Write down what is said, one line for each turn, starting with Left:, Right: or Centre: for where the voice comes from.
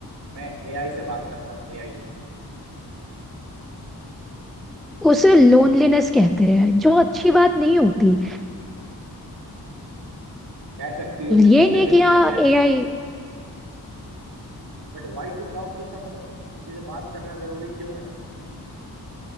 Right: मैं एआई से बात करता हूँ एआई से
Centre: उसे लोनलीनेस कहते हैं जो अच्छी बात नहीं होती
Right: कह सकती हो कि लोनलीनेस
Centre: ये नहीं है कि हाँ
Right: कहते हैं
Centre: एआई
Right: पर but why to talk to someone किसी से बात करना जरूरी क्यों है